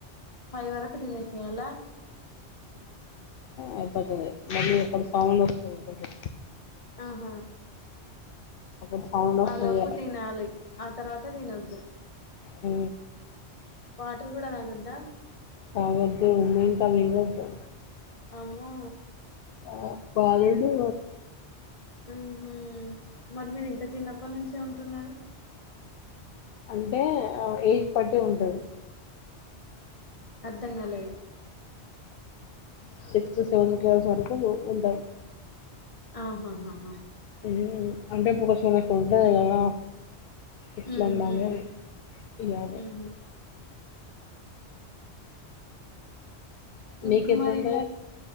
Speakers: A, on the left (about 30°); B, on the left (about 60°).
A: ఫైవ్ వరకు దినేసెయ్యల్ల
B: అయిపోతుది మళ్ళీ అక్కడ సౌండ్ వస్తుంది ఒకటి
A: ఆహా
B: అక్కడ సౌండ్ వస్తుంది
A: ఆ లోపు తినాలి ఆ తర్వాత తినొద్దు
B: అ
A: వాటర్ కూడాడ నాగద్దా
B: తాగద్దు ఉమ్ ఇన్కా మింగద్దు
A: అమ్మో
B: ఆ పాలడు
A: ఆహ మరి మీరు ఇంత చిన్నప్పటి నుంచే ఉంటున్నారు
B: అంటే ఏజ్ పట్టి ఉంటది
A: అర్ధం నలేదు
B: సిక్స్త్ సెవెంతత్ ట్వెల్త్ వరకు ఉంటాం
A: ఆహాహాహా
B: హూ అంటే ఇప్పుడు కొంచెంకు ఉంటది కదా ఎట్లా
A: మ్మ్
B: ఉండాలి
A: మ్మ్
B: ఇలాగ
A: మ్మ్ హ్మ్ ఇప్పుడు
B: మీకటండ
A: మరి మీకు